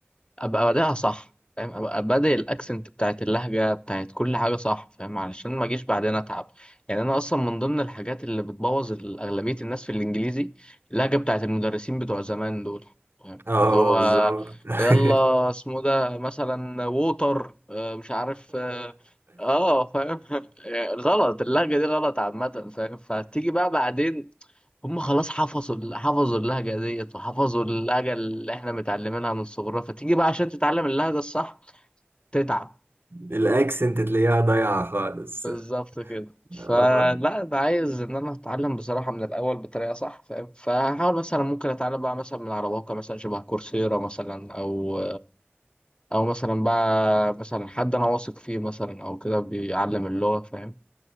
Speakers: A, on the left; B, on the right.
A: ابقى بادئها صح فاهم ابقى بادئ الاكسنت بتاعت اللهجه بتاعت كل حاجه صح فاهم علشان ما اجيش بعدين اتعب يعني انا اصلا من ضمن الحاجات اللي بتبوظ ال- اغلبيه الناس في الانجليزي اللهجه بتاعت المدرسين بتوع زمان دول فاهم؟
B: اه
A: اللي هو
B: بالظبط
A: يلا
B: <laughs>
A: اسمه ده مثلا ووتر آه، مش عارف اه آه، فاهم <laughs> غلط اللهجه دي غلط عامه فاهم فتيجي بقى بعدين هم خلاص حفظوا ال- حفظوا اللهجة ديت وحفظوا اللهجة اللي احنا متعلمينها من صغرنا فتيجي بقى عشان تتعلم اللهجة الصح تتعب
B: الاكسنت تلاقيها ضايعة خالص
A: بالظبط كده فلا
B: اه
A: انا عايز ان انا اتعلم بصراحة من الاول بطريقة صح فاهم فهحاول مثلا ممكن اتعلم بقى مثلا من على مواقع مثلا شبه كورسيرا مثلا او او مثلا بقى مثلا حد انا واثق فيه مثلا او كده بيعلم اللغة فاهم